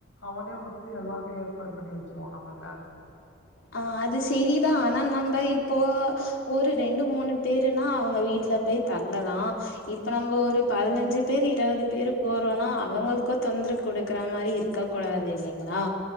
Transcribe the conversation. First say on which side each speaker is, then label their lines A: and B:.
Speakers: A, on the left; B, on the left.
A: அவனே வந்து எல்லாமே ஏற் பாடு பண்ணி வச்சிருவா நம்மளுக்காக
B: ஆ அது செரிதா ஆனா நம்ப இப்போ ஒரு ரெண்டு மூணு பேருனா அவங்க வீட்டுல போய் தங்கலா இப்ப நம்போ ஒரு பதினஞ்சு பேரு இருவது பேரு போறோன்னா அவங்களுக்கு தொந்தரவ் குடுக்குற மாரி இருக்க கூடாது இல்லைங்களா